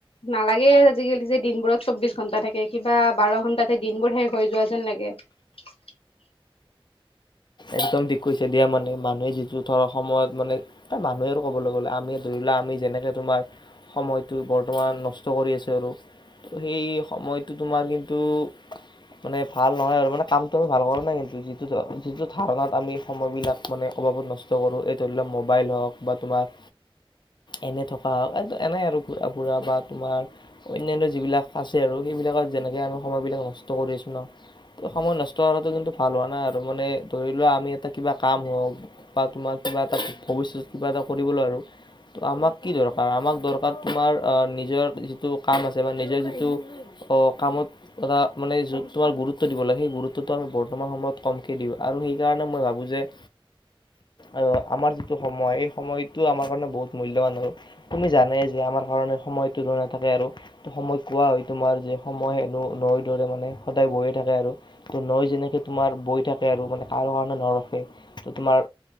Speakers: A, on the left; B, on the left.
A: নালাগে আজিকালি যে দিনবোৰত চৌ্ববিশ ঘন্টা থাকে কিবা বাৰ ঘন্টাতে দিনবোৰ শেষ হৈ যোৱা যেন লাগে। <unintelligible>
B: একদম টিক কৈছে দিয়া মানে মানুহে যিটো ধৰ সময়ত মানে এ মানুহে আৰু কবলৈ গ'লে আমিয়ে ধৰিলো। আমি যেনেকে তোমাৰ সময়টো বৰ্তমান নষ্ট কৰি আছোঁ। আৰু সেই সময়টো তোমাৰ কিন্তু মানে ভাল নহয় আৰু মানে কামটো আমি ভাল কৰো নাই কিন্তু যিটো যিটো- ধাৰণাত আমি সময়বিলাক মানে অবাবত নষ্ট কৰোঁ এই ধৰি লও মোবাইল হওক বা তোমাৰ- এনে থকা হওক এনে আৰু ঘুৰা ফুৰা বা তোমাৰ অন্যান্য যিবিলাক আছে আৰু সেই বিলাক যেনেকে আমি সময় বিলাক নষ্ট কৰি আছো ন সময় নষ্ট কৰাতো কিন্তু ভাল হোৱা নাই আৰু মানে। ধৰি লোৱা আমি এটা কিবা কাম হওঁক বা তোমাৰ কিবা এটা ভৱিষ্যত কিবা এটা কৰিবলৈ আৰু- ত আমাক কি দৰকাৰ আমাক দৰকাৰ তোমাৰ আহ নিজৰ যিটো কাম আছে বা নিজৰ যিটো অ কামত এটা মানে যত তোমাৰ গুৰুত্ব দিব লাগে সেই গুৰুত্বটো আমি বৰ্তমান সময়ত কমকে দিওঁ। আৰু সেইকাৰণে মই ভাবো যে- অ আমাৰ যিটো সময় এই সময়টো আমাৰ কাৰণে বহুত মূল্যবান আৰু তুমি জানে যে- আমাৰ কাৰণে সময় ত ল নাথাকে আৰু ত সময় কোৱা হয় তোমাৰ যে সময় হেনো ন দৰে মানে- সদায় বৈয়ে থাকে আৰু ত নৈ যেনেকে তোমাৰ বৈ থাকে। মানে কাৰো কাৰণে নৰখে তোমাৰ